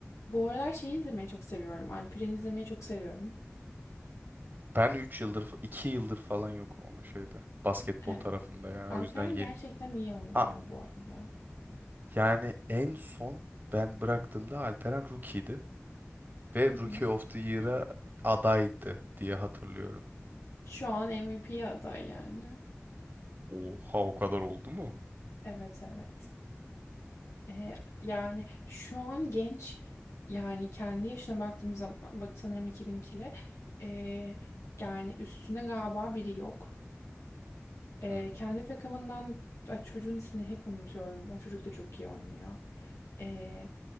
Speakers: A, on the left; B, on the right.
A: bu aralar şeyi izlemeyi çok seviyorum. Alperen'i izlemeyi çok seviyorum.
B: Ben üç yıldır, 2 yıldır falan yokum ama şeyde. Basketbol
A: Evet,
B: tarafında yani.
A: Alperen
B: O yüzden yeni.
A: gerçekten iyi oynuyor
B: Ha
A: bu arada.
B: yani en son ben bıraktığımda Alperen rookie'ydi. Ve
A: Hı hı.
B: Rookie of the Year'a adaydı diye hatırlıyorum.
A: Şu an MVP aday yani.
B: Oha o kadar oldu mu?
A: Evet evet. E, yani şu an genç yani kendi yaşına baktığımız zaman bak sanırım 2002'li e, yani üstüne galiba biri yok. E,
B: Hı.
A: kendi takımından ay, çocuğun ismini hep unutuyorum. O çocuk da çok iyi oynuyor. E,